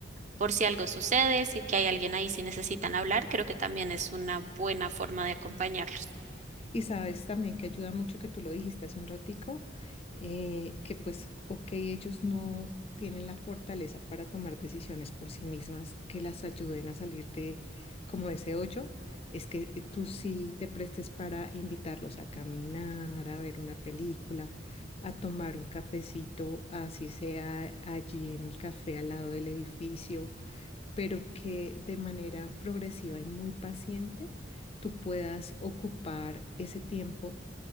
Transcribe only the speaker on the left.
Y sabes también que ayuda mucho que tú lo dijiste hace un ratico, eh, que pues, ok, ellos no tienen la fortaleza para tomar decisiones por sí mismas que las ayuden a salir de como de ese hoyo, es que eh, tú sí te prestes para invitarlos a caminar, a ver una película, a tomar un cafecito, así sea allí en el café al lado del edificio pero que de manera progresiva y muy paciente tú puedas ocupar ese tiempo